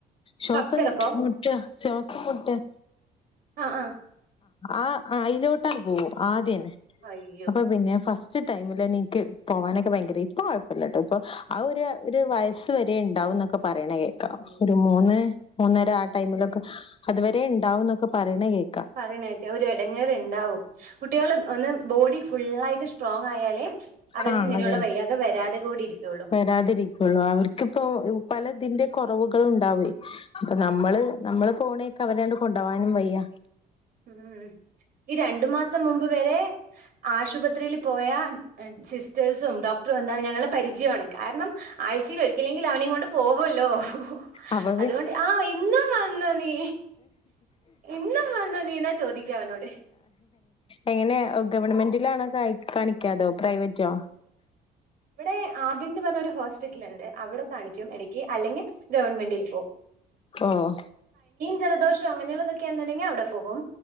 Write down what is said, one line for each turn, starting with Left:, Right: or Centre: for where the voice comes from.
Left: ശ്വാസം
Right: കഫ്സിറപ്പോ
Left: മുട്ടാ ശ്വാസം മുട്ട്
Right: അഹ് ആഹ്
Left: ആഹ് അയ്നോട്ടാണ് പോകും ആദ്യേന്നെ.
Right: അയ്യോ
Left: അപ്പൊ പിന്നെ ഫസ് ഉച്ച ടൈമില് എനിക്ക് പോവാനൊക്കെ ഭയങ്കര ഇപ്പ കുഴപ്പമില്ലട്ടോ ഇപ്പൊ ആ ഒരു ഒരു വയസ്സ് വരെ ഉണ്ടാവുംന്നൊക്കെ പറിണേ കേൾക്കാം
Right: ഉം
Left: ഒരു മൂന്ന് മൂന്നര ആ ടൈമിലൊക്കെ അതുവരേ ണ്ടാവുംന്നൊക്കെ പറയണ കേക്ക
Right: പറയ്ണേക്കെ ഒരു എടങ്ങേർണ്ടാവും കുട്ടികള് ഒന്ന് ബോഡി ഫുള്ളായിട്ട് സ്ട്രോങ് ആയാലേ അവർക്ക്
Left: ആഹ്
Right: ഇങ്ങനെയുള്ള
Left: അതെ.
Right: വയ്യാകെ വരാതെ കൂടി ഇരിക്കുള്ളൂ
Left: വരാതിരിക്കുള്ളൂ. അവർക്കിപ്പോ പല ഇതിന്റെ കുറവുകളും ഉണ്ടാവേ അപ്പൊ നമ്മള് നമ്മള് പോണേക്കെ അവരണ്ട് കൊണ്ടവാനും വയ്യ
Right: ഉം ഈ രണ്ടു മാസം മുമ്പ് വരേ ആശുപത്രിയിൽ പോയ സിസ്റ്റേഴ്സും ഡോക് എന്താണ് ഞങ്ങളെ പരിചയാണ് കാരണം ആഴ്ചയിൽ ഒരിക്കലെങ്കിൽ അവനെകൊണ്ട് പോവല്ലോ ഹ
Left: അപ്പൊ
Right: അതുകൊണ്ട് ആ ഇന്നും ഇന്നാ നീ ഇന്നും വന്നോ നീ എന്നാ ചോദിക്കാ അവനോട്
Left: എങ്ങനെയാ ഗവൺമെന്റിലാണോ കായ്ക കാണിക്കാതോ പ്രൈവറ്റോ
Right: ഇവിടെ ആബിന്ദ് പറഞ്ഞ ഒരു ഹോസ്പിറ്റൽണ്ട് അവിടെ കാണിക്കും എടക്ക് അല്ലെങ്കി ഗവൺമെന്റിൽ പോകും
Left: ഓഹ്
Right: ജലദോഷം അങ്ങനെയുള്ളതൊക്കെന്നുണ്ടെങ്കിൽ അവിടെ പോകും